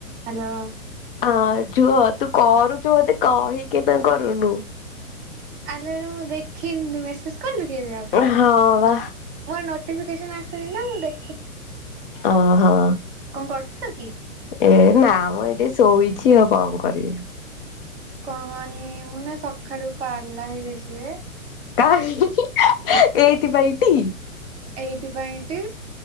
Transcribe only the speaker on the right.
ହ୍ୟାଲୋ।
ଆଲୋ ଆଲୋ ମୁଁ ଦେଖିନି। ମେସେଜ କଲୁ କି ଏବେ ଆ
ମୋ ନୋଟିଫିକେସନ ଆସି ଥିଲାନା ତ ମୁଁ ଦେ
କଣ କରୁଥିଲୁ କି?
କହନି ମୁଁ ନା ସକାଳୁ ପାଲା ହେଇଯାଇଛି ବେ।
ଏଇଥିପାଇଁ ଟି